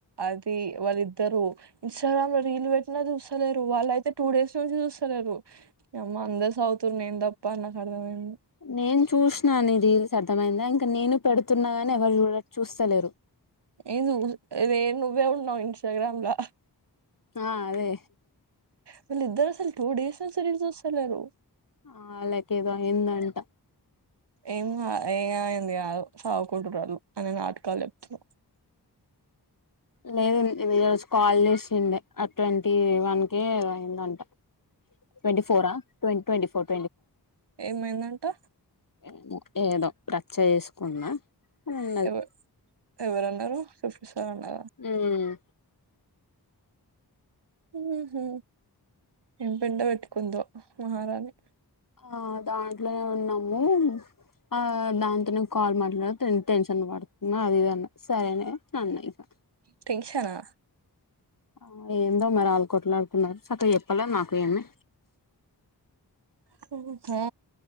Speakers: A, on the right; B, on the left.
A: అది వాళ్ళిద్దరు ఇన్స్టా గంలో రీలు వెట్టినా జుసలేరు వాళ్ళైతే టూ డేస్ నుంచి జుసలేరు నీ అమ్మ అందరు సౌవుతుర్ నేన్ దప్పా నాక్ అర్వైంద్
B: నేన్ చూశనా నీ దిల్స్ అద్ తమైందా ఇంకా నేను పెడుతున్నా అనే ఎవరు చూ చూస్తలేరు.
A: ఏ జవుదు ఇదే నువ్వే ఉన్నావు ఇన్స్టాగ్రామ్లా
B: ఆ అదే
A: వీళ్ళ ఇద్దరు అసలు టూ డేస్ నుంచి రీల్స్ చుసాలేరు.
B: ఆ అలాకేదో ఏదో అయిందంటా
A: ఏం గాద్ అయింది గాదు సవుకుంటూరు ఆళ్ళు అన్ని నాటకాలు జెప్తురు.
B: లేదు నీన్ ఈ రోజ్ కాల్ జేచుండే అట్వంటీవ్ వానికి ఏదో అయిందంట. ట్వంటీ ఫోరా ట్వన్ ట్వంటీ ఫోర్
A: ఏమైందంటా
B: ఏమో ఏదో రచ్చ ఏసుకున్నా అన్ ఉన్నద్
A: ఎవ ఎవరన్నారు సుపిస్తారన్నార్.
B: ఉహు్
A: ఉహుహ్ ఏం పేండా వెట్టుకొందో మహారాణి.
B: ఆ దాంట్లోనే ఉన్నాము. ఆ దాంతోనే కాల్ మాట్లాతు ఇంటెన్షన్ పడుతున్నా అదిదన్న సరే ఆ అన్న ఇంకా
A: టెన్షనా
B: ఆ ఏందో మరి ఆళ్లు కొట్లాడుకున్నారు సక్క చెప్పలే నాకు ఏమి.
A: హుంతే